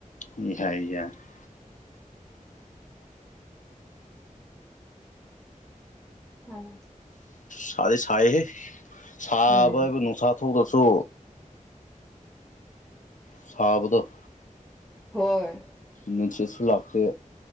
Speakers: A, on the left (about 65°); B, in the centre.
A: <unintelligible>
B: ꯎꯝ
A: ꯁꯥꯗꯤ ꯁꯥꯏꯍꯦ ꯁꯥꯕ
B: ꯎꯝ
A: ꯍꯥꯏꯕꯨ ꯅꯨꯡꯁꯥ ꯊꯣꯛꯗ꯭ꯔꯁꯨ ꯁꯕꯗꯣ
B: ꯍꯣꯏ
A: ꯅꯁꯁꯨ ꯂꯥꯛꯐꯦ